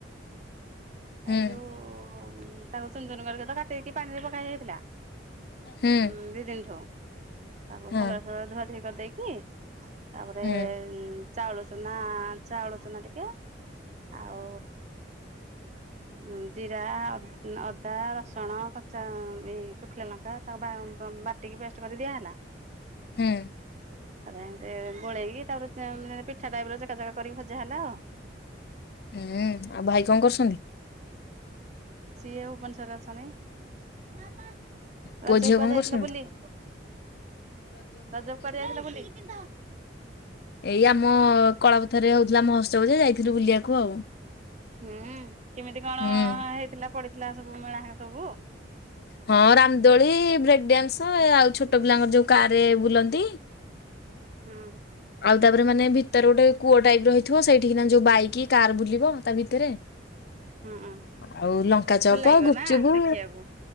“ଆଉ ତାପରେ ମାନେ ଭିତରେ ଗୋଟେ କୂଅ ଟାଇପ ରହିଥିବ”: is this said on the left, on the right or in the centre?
Left